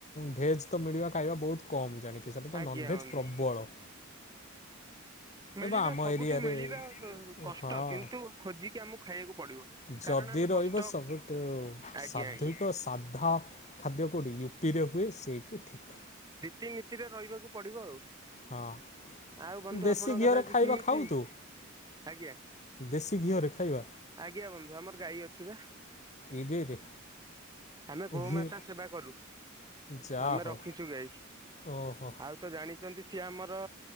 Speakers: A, on the left; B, on the right.
A: ଭେଜ୍ ତ ମିଳିବା ଖାଇବା ବହୁତ କମ୍ ଜାଣିକି ସେଇଠି ତ
B: ଆଜ୍ଞା
A: ନଭେଜ୍
B: ବନ୍ଧୁ
A: ପ୍ରବଳ।
B: ମିଳିବା
A: ଏବେ ଆମ
B: ସବୁଠୁ
A: ଏରିଆରେ
B: ମିଳିବା କଷ୍ଟ
A: ହଁ
B: କିନ୍ତୁ ଖୋଜିକି ଆମକୁ ଖାଇବାକୁ ପଡିବ। କାରଣ
A: ଯଦି
B: ଆମେ
A: ରହିବ
B: କଷ୍ଟ
A: ସବୁଠୁ
B: ଆଜ୍ଞା
A: ସାଧୁକ
B: ଆଜ୍ଞା
A: ସାଧା ଖାଦ୍ୟ କେଉଠି ୟୁପିରେ ହୁଏ ସେଇଠି ଠିକ୍।
B: ରୀତିନୀତିରେ ରହିବାକୁ ପଡିବ ଆଉ।
A: ହଁ
B: ଆଉ ବନ୍ଧୁ
A: ଦେଶୀ
B: ଆପଣଙ୍କର
A: ଘିଅରେ
B: ଆଜି
A: ଖାଇବା
B: କେମିତି
A: ଖାଉ ତୁ
B: ଆଜ୍ଞା।
A: ଦେଶୀ ଘିଅରେ ଖାଇବା
B: ଆଜ୍ଞା ବନ୍ଧୁ ଆମର ଗାଈ ଅଛି ବା।
A: ଇରେରେ
B: ଆମେ ଗୋମାତା
A: ଘି
B: ସେବା କଲୁ
A: ଯା
B: ଆମେ
A: ହଉ
B: ରଖି ଚୁ ଗାଈ
A: ଓହୋ
B: ଆଉ ତ ଜାଣିଚନ୍ତି ସିଏ ଆମର